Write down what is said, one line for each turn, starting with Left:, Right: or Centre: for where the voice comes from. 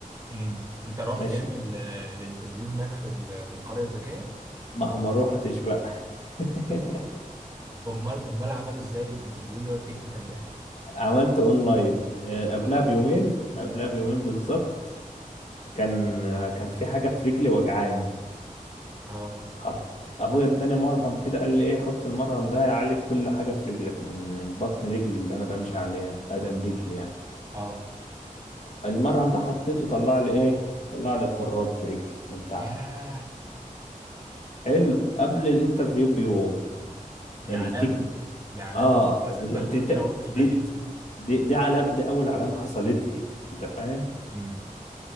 Right: امم انت رحت
Left: ماشي
Right: يعني ال... الانترفيو هناك في ال... في القريه الذكيه
Left: ما ما روحتش بقى <laughs>
Right: امال امال عملوا ازاي الانترفيو اللي هو التكنيكال ده
Left: عملت اونلاين آه، قبلها
Right: اه
Left: بيومين قبلها بيومين بالظبط كان كان في حاجه في رجلي وجعان
Right: اه
Left: حط ابويا اداني مرهم كده قال لي ايه حط المرهم ده يعالج كل حاجه في رجلك من من بطن رجلي اللي انا بمشي عليها ادم رجلي يعني
Right: اه
Left: المرهم ده حطيته طلع لي ايه طلع لي خراج في رجلي من تحت
Right: ياه
Left: حلو قبل الانترفيو بيوم
Right: دي
Left: التكنيك
Right: علامة دي علامة
Left: اه
Right: <laughs>
Left: ال-
Right: مثلا انه
Left: دي
Right: ما تهوبش
Left: دي
Right: ناحيتهم
Left: دي, دي علامه دي اول علامه حصلت لي انت فاهم
Right: امم